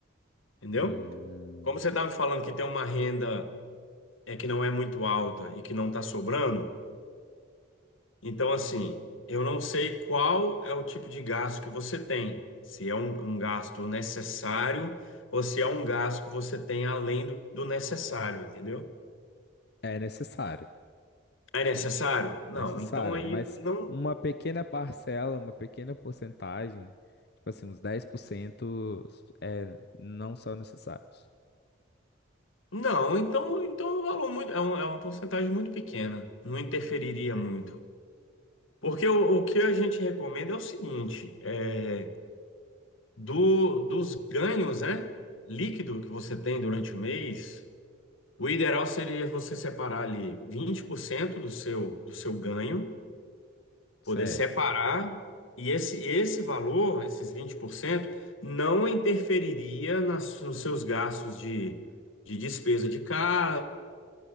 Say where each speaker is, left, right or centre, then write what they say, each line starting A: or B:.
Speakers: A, on the left; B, on the left.
A: entendeu?
B: Hum,
A: Como você está me falando que tem uma renda é que não é muito alta e que não está sobrando, então assim, eu não sei qual é o tipo de gasto que você tem, se é um, um gasto necessário ou se é um gasto que você tem além do, do necessário, entendeu?
B: é necessário,
A: É necessário? Não,
B: necessário,
A: então aí
B: mas
A: não,
B: uma pequena parcela, uma pequena porcentagem, tipo assim, uns 10%, é, não são necessários.
A: não, então então é um valor muito, é, um- é uma porcentagem muito pequena, não interferiria muito. Porque o, o que a gente recomenda é o seguinte, é, do, dos ganhos, né? Líquido que você tem durante o mês, o ideal seria você separar ali 20% do seu, do seu ganho,
B: Certo.
A: poder separar, e esse, esse valor, esses 20%, não interferiria nas, nos seus gastos de, de despesa de casa.